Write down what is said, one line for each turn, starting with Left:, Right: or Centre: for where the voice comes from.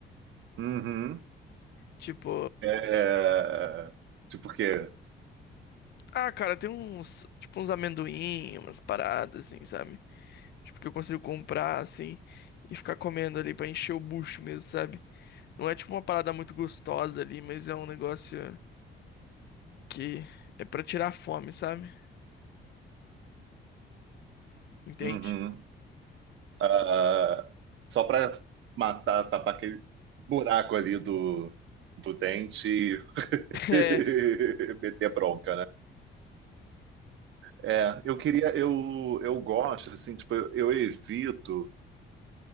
Right: Uhum.
Left: Tipo,
Right: É, tipo o quê?
Left: ah, cara, tem uns, tipo, uns amendoim, umas paradas assim, sabe? Tipo, que eu consigo comprar assim e ficar comendo ali pra encher o bucho mesmo, sabe? Não é tipo uma parada muito gostosa ali, mas é um negócio que é pra tirar a fome, sabe? Entende?
Right: Uhum. Ah, só para matar, tapar aquele buraco ali do, do dente e <laughs>
Left: <laughs> É.
Right: meter bronca, né? É, eu queria, eu, eu gosto, assim, tipo, eu, eu evito